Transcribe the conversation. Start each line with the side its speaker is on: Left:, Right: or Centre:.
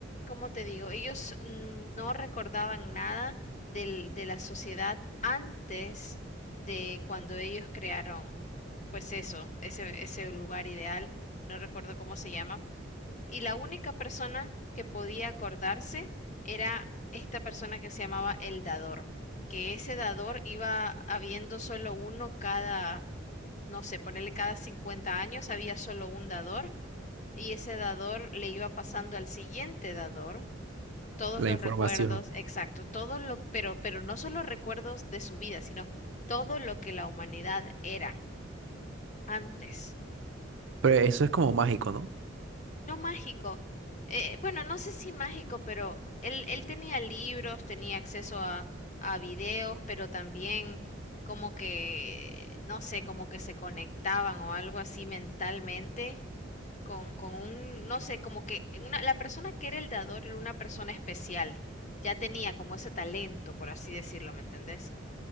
Left: como te digo, ellos no recordaban nada del- de la sociedad antes de cuando ellos crearon pues eso, ese, ese lugar ideal, no recuerdo cómo se llama. Y la única persona que podía acordarse era esta persona que se llamaba el dador, que ese dador iba habiendo solo uno cada, no sé, ponerle cada 50 años, había solo un dador y ese dador le iba pasando al siguiente dador todos
Right: La
Left: los
Right: información.
Left: recuerdos, exacto, todo lo, pero, pero no solo recuerdos de su vida, sino todo lo que la humanidad era antes
Right: Pero eso es como mágico, ¿no?
Left: No mágico. Eh, bueno, no sé si mágico, pero él, él tenía libros, tenía acceso a, a videos, pero también como que, no sé, como que se conectaban o algo así mentalmente con, con un, no sé, como que una, la persona que era el dador era una persona especial. Ya tenía como ese talento, por así decirlo, ¿me entendés?